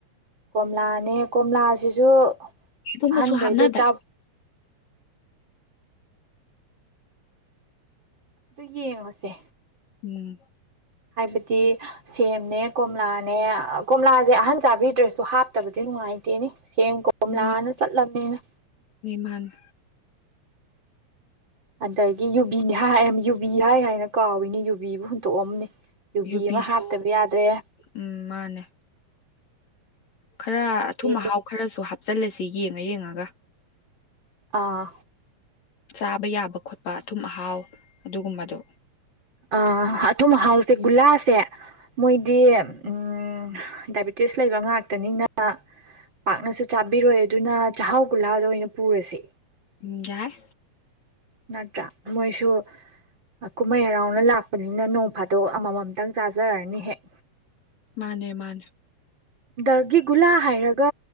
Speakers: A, on the right (about 40°); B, on the left (about 65°).
A: ꯀꯣꯝꯂꯥꯅꯦ ꯀꯣꯝꯂꯥꯁꯤꯁꯨ
B: ꯀꯩꯒꯨꯝꯕꯁꯨ
A: ꯑꯍꯟꯒꯩꯗꯣ
B: ꯍꯥꯞꯅꯗ꯭ꯔꯦ
A: ꯆꯞ <inaudible> ꯑꯗꯨ ꯌꯦꯡꯉꯁꯦ
B: ꯎꯝ
A: ꯍꯥꯏꯕꯗꯤ ꯁꯦꯝꯅꯦ ꯀꯣꯝꯂꯥꯅꯦ ꯀꯣꯝꯂꯥꯁꯦ ꯑꯍꯟ ꯆꯥꯕꯤꯗ꯭ꯔꯁꯨ ꯍꯥꯞꯇꯕꯗꯤ ꯅꯨꯡꯉꯥꯏꯇꯦꯅꯦ ꯁꯦꯝ ꯀꯣꯝꯂꯥꯅ
B: ꯅꯨꯡꯉꯥꯏꯅꯤ
A: ꯆꯠꯂꯕꯅꯤꯅ
B: ꯃꯥꯅꯦ
A: ꯑꯗꯒꯤ ꯌꯨꯕꯤꯅꯤ ꯍꯥꯏ ꯌꯨꯕꯤ ꯍꯥꯏ ꯍꯥꯏꯅ ꯀꯥꯎꯏꯅꯦ ꯌꯨꯕꯤꯕꯨ ꯍꯨꯟꯇꯣꯛꯑꯝꯅꯤ ꯌꯨꯕꯤ
B: ꯌꯨꯕꯤꯁꯨ
A: ꯑꯃ ꯍꯥꯞꯇꯕ ꯌꯥꯗ꯭ꯔꯦ
B: ꯎꯝ ꯃꯥꯅꯦ ꯈꯔ
A: ꯑꯗꯒꯤ
B: ꯑꯊꯨꯝ ꯑꯍꯥꯎ ꯈꯔꯁꯨ ꯍꯥꯞ ꯆꯜꯂꯁꯤ ꯌꯦꯡꯉ ꯌꯦꯡꯉꯒ
A: ꯑꯥ
B: ꯆꯥꯕ ꯌꯥꯕ ꯈꯣꯠꯄ ꯑꯊꯨꯝ ꯑꯍꯥꯎ ꯑꯗꯨꯒꯨꯝꯕꯗꯣ
A: ꯑ ꯑꯊꯨꯝ ꯑꯍꯥꯎꯁꯦ ꯒꯨꯂꯥꯁꯦ ꯃꯣꯏꯗꯤ ꯎꯝ ꯗꯥꯏꯕꯤꯇꯤꯁ ꯂꯩꯕ ꯉꯥꯛꯇꯅꯤꯅ ꯄꯥꯛꯅꯁꯨ ꯆꯥꯕꯤꯔꯣꯏ ꯑꯗꯨꯅ ꯆꯥꯛꯍꯥꯎ ꯒꯨꯂꯥꯗꯣ ꯑꯣꯏꯅ ꯄꯨꯔꯁꯦ
B: ꯎꯝ ꯌꯥꯏ
A: ꯅꯠꯇ꯭ꯔꯥ ꯃꯣꯏꯁꯨ ꯀꯨꯝꯍꯩ ꯍꯔꯥꯎꯅ ꯂꯥꯛꯄꯅꯤꯅ ꯅꯣꯡ ꯐꯥꯗꯣꯛ ꯑꯃꯃꯝꯇꯪ ꯆꯥꯖꯔꯅꯤ ꯍꯦꯛ
B: ꯃꯥꯟꯅꯦ ꯃꯥꯟꯅꯦ
A: ꯗꯒꯤ ꯒꯨꯂꯥ ꯍꯥꯏꯔꯒ